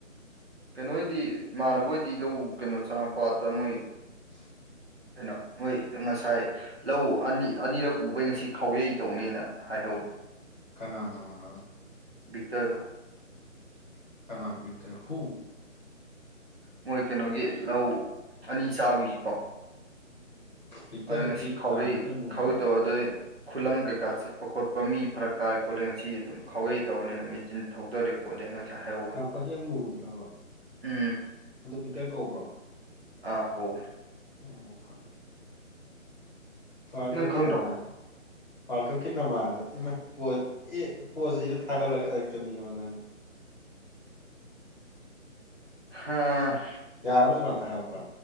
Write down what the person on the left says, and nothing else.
<unintelligible>
ꯀꯅꯥ ꯅꯃꯅ
ꯀꯅꯥ ꯄꯗ ꯍꯨ
ꯄꯤꯛꯇꯔꯗꯤ
ꯆꯥꯝꯄꯥꯛꯀꯤ ꯑꯃꯨꯕꯗꯨꯔꯣ
ꯆꯥꯝꯄꯥꯛꯀꯤ ꯑꯃꯨꯕꯗꯨꯔꯕ
ꯑꯗꯨ ꯄꯤꯛꯇꯔ ꯀꯧꯕ꯭ꯔꯣ
ꯑꯣ ꯋꯥꯔꯜ
ꯀꯞꯀꯤ
ꯅꯃꯥꯗ ꯋꯥꯔꯜ ꯀꯞꯀꯤ ꯅꯃꯥꯗ ꯏꯃ ꯄꯣ ꯑꯦ ꯄꯣꯖ ꯏꯔ ꯊꯥꯒꯠꯂꯛꯀꯅꯤꯀꯣ ꯅꯪ
ꯌꯥꯔꯕꯣ ꯁꯨꯖꯥꯟ ꯊꯥꯡꯒꯠꯂꯛꯄ